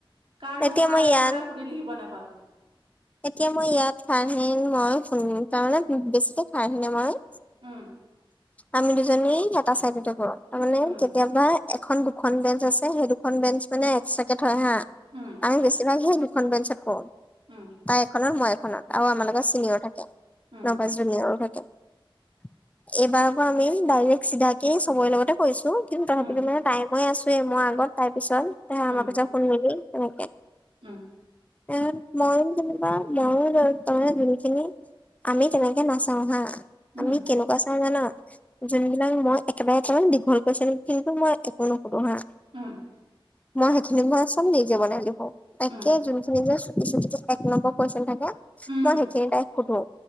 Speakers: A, on the right (about 70°); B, on the left (about 15°).
A: কাৰো
B: এতিয়া
A: বা
B: মই
A: একো
B: ইয়াত
A: এটা সুধি লিখিব নাপালো
B: এতিয়া মই ইয়াত খাৰহিন মই তাৰমানে বেছিকে খাই আহিমে মই
A: উম
B: আমি দুজনী এটা চাইডতে কৰো তাৰমানে
A: উম
B: কেতিয়াবা এখন দুখন বেঞ্চ আছে সেই দুখন বেঞ্চ মানে এক্সট্ৰাকে থয় হা
A: উম
B: আমি বেছিভাগ সেই দুখন বেঞ্চত পওঁ
A: উম
B: তাই এখনত মই এখনত আৰু আমাৰ লগত চিনিয়ৰ থাকে ন
A: উম
B: জুনিয়াৰো থাকে এইবাৰ পৰা আমি ডাইৰেক চিধাকে চবৰে লগতে কৈছো কিন্তু তথাপিতো
A: উম
B: মানে টাই মই আছোৱেই মই আগত তাৰ পিছত
A: উম
B: আমাৰ পিছত ফোন মিলি তেনেকে
A: উম
B: এওঁ মই যেনিবা ময়ো লয় তই যোনখিনি আমি তেনেকে নাচাও হা আমি
A: উম উম
B: কেনেকুৱা চাওঁ জান যোনবিলাক মই একেবাৰে কৈ দীঘল কোৱৈচনখিনি কিন্তু মই একো নোসোধোঁ হা
A: উম
B: মই সেইখিনি মই চম নিজে বনাই লিখো একে
A: উম
B: যোনখিনি যে চুটি চুটি এক নম্বৰ কুৱেশ্যন থাকে
A: উম
B: মই সেইখিনি তাই সোধো